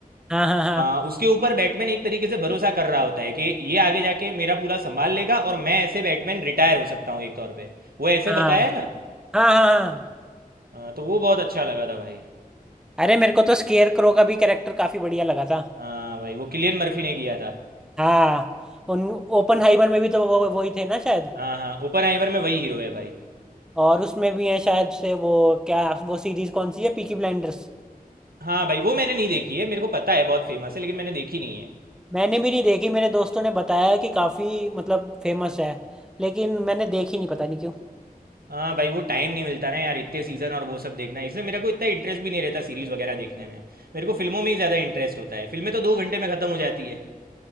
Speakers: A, in the centre; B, on the right.
A: हाँ हाँ हाँ
B: अ, उसके ऊपर बैटमैन एक तरीके से भरोसा कर रहा होता है कि ये आगे जाके मेरा पूरा संभाल लेगा और मैं ऐसे बैटमैन रिटायर हो सकता हूँ एक तौर पे वो ऐसे
A: हाँ
B: बताया है ना
A: हाँ हाँ हाँ
B: हाँ तो वो बहुत अच्छा लगा था भाई
A: अरे मेरे को तो स्केयर क्रो का भी कैरेक्टर काफी बढ़िया लगा था
B: हाँ भाई वो किलियन मर्फी ने किया था
A: हाँ उन ओपन हाइमर में भी तो वो वही थे ना शायद
B: हाँ हाँ ओपनहाइमर में वही हीरो है भाई
A: और उसमें भी है शायद से वो क्या वो सीरीज कौन सी है पीकी ब्लाइंडर्स
B: हाँ भाई वो मैंने नहीं देखी है मेरे को पता है बहुत फेमस है लेकिन मैंने देखी नहीं है
A: मैंने भी नहीं देखी मेरे दोस्तों ने बताया कि काफी मतलब फेमस है लेकिन मैंने देखी नहीं पता नहीं क्यों
B: हाँ भाई वो टाइम नहीं मिलता ना यार इतने सीज़न और वो सब देखना इसलिए मेरे को इतना इंटरेस्ट भी नहीं रहता सीरीज़ वगैरह देखने में मेरे को फिल्मों में ही ज़्यादा इंटरेस्ट होता है फिल्में तो दो घंटे में ख़त्म हो जाती है